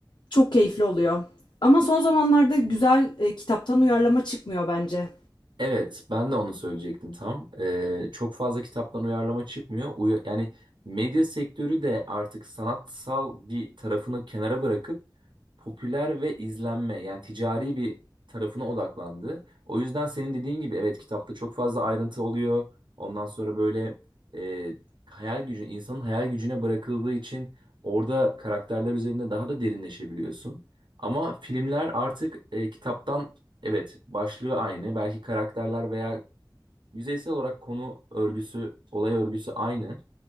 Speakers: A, on the left (about 65°); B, on the right (about 70°).
A: Çok keyifli oluyor. Ama son zamanlarda güzel e, kitaptan uyarlama çıkmıyor bence.
B: Evet, ben de onu söyleyecektim tam. Ee, çok fazla kitaptan uyarlama çıkmıyor. Uya- yani medya sektörü de artık sanatsal bir tarafını kenara bırakıp popüler ve izlenme yani ticari bir tarafına odaklandı. O yüzden senin dediğin gibi evet kitapta çok fazla ayrıntı oluyor. Ondan sonra böyle e, hayal gücü insanın hayal gücüne bırakıldığı için orada karakterler üzerinde daha da derinleşebiliyorsun. Ama filmler artık e, kitaptan Evet, başlığı aynı. Belki karakterler veya yüzeysel olarak konu örgüsü, olay örgüsü aynı.